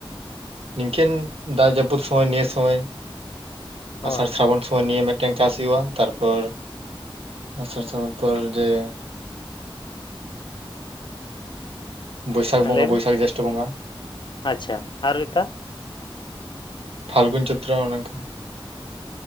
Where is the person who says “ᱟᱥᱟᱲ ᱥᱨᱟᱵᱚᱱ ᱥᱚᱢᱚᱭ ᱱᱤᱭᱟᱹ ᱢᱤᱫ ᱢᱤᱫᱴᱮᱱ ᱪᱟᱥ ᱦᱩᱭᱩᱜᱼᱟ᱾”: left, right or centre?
Right